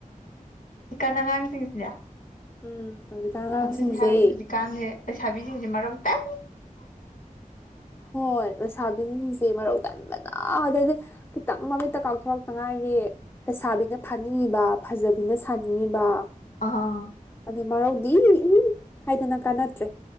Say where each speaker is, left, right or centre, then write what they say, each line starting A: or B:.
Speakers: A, on the left; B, on the left.
A: ꯏꯤꯀꯟ ꯑꯉꯥꯡꯁꯤꯡꯁꯤꯗ
B: ꯎꯝ ꯍꯧꯖꯤꯛꯀꯥꯟ ꯑꯉꯥꯡꯁꯤꯡꯁꯦ
A: ꯑꯗꯨꯅꯤ ꯍꯥꯏꯔꯤꯁꯦ ꯍꯧꯖꯤꯛꯀꯥꯟꯁꯦ ꯂꯩꯁꯥꯕꯤꯁꯤꯡꯁꯦ ꯃꯔ ꯇ
B: ꯍꯣꯏ ꯑꯁꯥꯕꯤꯁꯤꯡꯁꯦ ꯃꯔꯧ ꯇꯟꯕꯅ ꯑꯗꯗꯤ ꯈꯤꯇꯪ ꯃꯃꯤꯠꯇ ꯀꯥꯊꯣꯔꯛꯇ ꯉꯥꯏꯔꯤ ꯇꯁꯥꯕꯤꯅ ꯐꯥꯅꯤꯡꯏꯕ ꯐꯖꯕꯤꯅ ꯁꯥꯅꯤꯡꯏꯕ
A: ꯑ
B: ꯑꯗꯨ ꯃꯔꯧꯗꯤ ꯎꯝ ꯍꯥꯏꯗꯅ ꯀꯥꯟꯅꯗ꯭ꯔꯦ